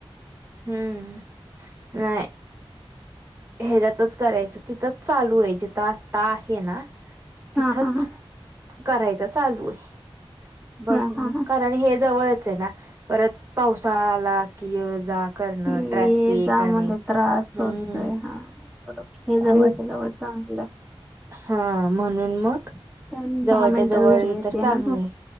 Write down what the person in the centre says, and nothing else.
हा,
हा, हा
हा
हा हा
ये
जा
मध्ये त्रास
होतोय हा बरोबर हे जवळच्या
जवळ चांगल आहे
पण
दहा मिनिटात
घरी येते
ना तू